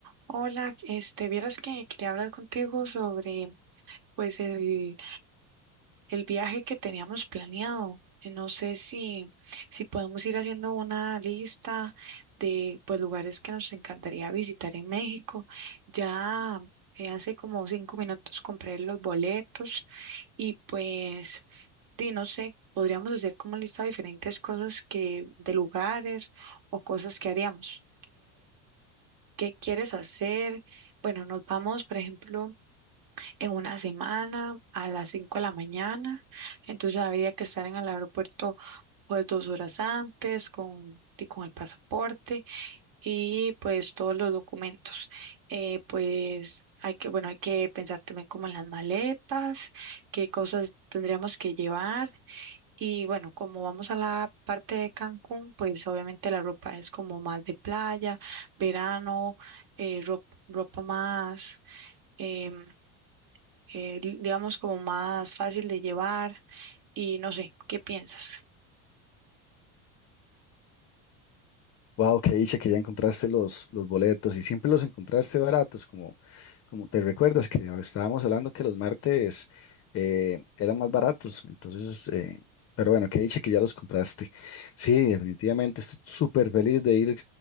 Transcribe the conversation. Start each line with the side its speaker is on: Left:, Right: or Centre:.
Right: Hola, este, vieras que quería hablar contigo sobre, pues, el, el viaje que teníamos planeado. Eh, No sé si, si podemos ir haciendo una lista de, pues, lugares que nos encantaría visitar en México. Ya eh, hace como cinco minutos compré los boletos y, pues, di, no sé, podríamos hacer como lista de diferentes cosas que, de lugares o cosas que haríamos qué quieres hacer. Bueno, nos vamos, por ejemplo, en una semana a las 5 de la mañana. Entonces habría que estar en el aeropuerto pues dos horas antes con, y con el pasaporte y pues todos los documentos. Eh, pues hay que, bueno, hay que pensar también como en las maletas, qué cosas tendríamos que llevar. Y bueno, como vamos a la parte de Cancún, pues obviamente la ropa es como más de playa, verano, eh, rop- ropa, más, em, eh, di- digamos, como más fácil de llevar. Y no sé, ¿qué piensas?
Left: Wow, qué dicha que ya encontraste los, los boletos y siempre los encontraste baratos, como, como te recuerdas que ahora estábamos hablando que los martes eh, eran más baratos, entonces, eh, pero bueno, qué dicha que ya los compraste. Sí, definitivamente estoy súper feliz de ir,